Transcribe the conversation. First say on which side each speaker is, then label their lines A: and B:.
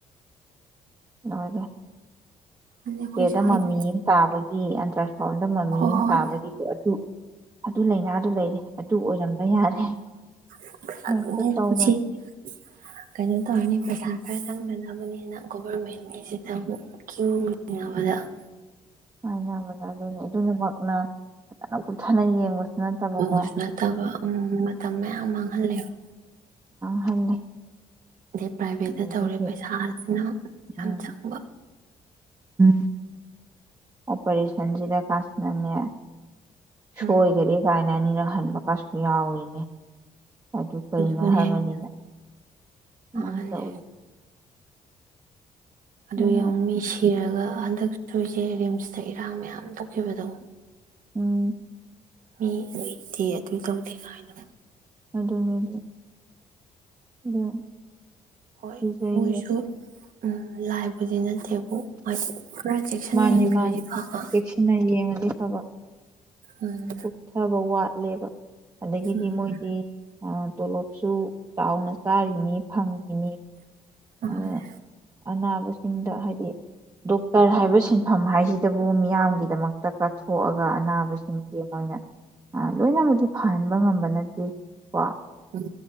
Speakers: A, on the right; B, on the right.
A: <unintelligible> ꯂꯣꯏꯔꯦ꯫ <unintelligible>
B: ꯅꯍꯥꯟꯅꯦ ꯑꯩꯈꯣꯏ ꯁ꯭ꯋꯥꯏꯒꯤ
A: ꯗ ꯃꯃꯤꯨ ꯑꯝ ꯇꯥꯕ <unintelligible> <unintelligible> ꯗ ꯃꯃꯤ
B: ꯍꯣꯏ
A: ꯑꯃ
B: ꯍꯣꯏ
A: ꯇꯥꯕꯒꯤꯁꯨ ꯑꯗꯨ ꯑꯗꯨ ꯂꯥꯏꯅꯥꯗꯨ ꯂꯩꯔꯦ ꯑꯗꯨ ꯑꯣꯏꯔꯝꯕ ꯌꯥꯔꯦ <inaudible>
B: <unintelligible>
A: ꯍꯦꯛꯇ ꯇꯧꯔꯦ
B: ꯀꯩꯅꯣꯇꯧꯔꯅꯤ ꯄꯩꯁ ꯆꯪꯗꯅꯕꯅꯦꯅ ꯒꯣꯕꯔꯃꯦꯟꯒꯤꯁꯤꯅ ꯑꯃꯨꯛ ꯀ꯭ꯌꯨ ꯂꯦꯡꯅꯕꯗ꯫ <inaudible>
A: ꯑꯅꯕꯗꯥ ꯑꯗꯨꯅꯦ ꯑꯗꯨꯅꯃꯛꯅ ꯐꯖꯅ ꯀꯨꯞꯊꯅ ꯌꯦꯡꯕꯁꯨ ꯅꯠꯇꯕꯀꯣ
B: <unintelligible> ꯅꯠꯇꯕ ꯃꯇꯝ ꯃꯌꯥꯝ ꯃꯥꯡꯍꯂꯦꯕ꯫
A: <unintelligible>
B: ꯑꯗꯩ ꯄ꯭ꯔꯥꯏꯚꯦꯠꯇ
A: ꯑꯗꯒꯤꯗꯤ
B: ꯇꯧꯔꯦ ꯄꯩꯁꯥꯁꯤꯅ ꯌꯥꯝ
A: ꯎꯝ
B: ꯆꯪꯕ꯫
A: ꯎꯝ꯫ ꯑꯣꯄꯔꯦꯁꯟꯁꯤꯗ ꯀꯥꯁꯤꯅꯅꯦ ꯁꯣꯏꯒꯔꯦ
B: ꯎꯝ
A: ꯀꯥꯏꯅ ꯑꯅꯤꯔꯛꯍꯟꯕ ꯀꯥꯁꯨ ꯌꯥꯎꯔꯤꯅꯦ꯫ ꯑꯗꯨ ꯀꯩꯅꯣ
B: ꯑꯗꯨꯅꯦ
A: ꯍꯥꯏꯕꯅꯤꯗ꯫
B: ꯍꯥꯏꯁꯦ ꯃꯥꯡꯍꯜꯂꯦ
A: ꯃꯣꯏ ꯇꯧꯔꯤ ꯑꯗꯨꯅ
B: ꯑꯗꯨ ꯌꯦꯡꯉꯨ ꯃꯤ ꯁꯤꯔꯒ ꯍꯟꯗꯛ ꯁꯣꯏꯁꯦ ꯔꯤꯝꯁꯇ ꯏꯔꯥꯡ ꯃꯌꯥꯝ ꯊꯣꯛꯈꯤꯕꯗꯣ
A: ꯎꯝ
B: ꯃꯤ ꯂꯩꯇꯦ ꯑꯗꯨ ꯇꯧꯗꯦ ꯀꯥꯏꯅ
A: ꯑꯗꯨꯅꯦ ꯑꯗꯨ <unintelligible>
B: ꯍꯣꯏ
A: ꯀꯤꯖꯩꯌꯦ
B: ꯃꯣꯏꯁꯨ ꯎ ꯂꯥꯏꯕꯨꯗꯤ ꯅꯠꯇꯦꯕꯨ ꯈꯔ ꯆꯦꯛꯁꯤꯟꯅ
A: ꯃꯥꯅꯤ
B: ꯌꯦꯡꯕꯤꯔꯗꯤ
A: ꯃꯥꯅꯤ
B: ꯐꯕ
A: ꯆꯦꯛꯁꯤꯟꯅ ꯌꯦꯡꯉꯗꯤ ꯐꯕ
B: ꯎꯝ
A: ꯀꯨꯞꯊꯕꯋꯥ ꯂꯦꯕ ꯑꯗꯒꯤꯗꯤ
B: ꯎꯝ
A: ꯃꯣꯏꯗꯤ ꯇꯣꯂꯣꯞꯁꯨ ꯆꯥꯎꯅ ꯆꯥꯔꯤꯅꯤ ꯐꯪꯉꯤꯅꯤ
B: ꯃꯥꯅꯦ
A: <unintelligible> <unintelligible> ꯍꯥꯏꯗꯤ ꯗꯣꯛꯇꯔ ꯍꯥꯏꯕ ꯁꯤꯟꯐꯝ ꯍꯥꯏꯁꯤꯗꯕꯨ ꯃꯤꯌꯥꯝꯒꯤꯗꯃꯛꯇ ꯀꯠ ꯊꯣꯛꯑꯒ ꯑꯅꯥꯕꯁꯤꯡꯁꯦ ꯃꯣꯏꯅ ꯂꯣꯏꯅꯃꯗꯤ ꯐꯍꯟꯕ ꯉꯝꯕ ꯅꯠꯇꯦ ꯀꯣ
B: ꯎꯝ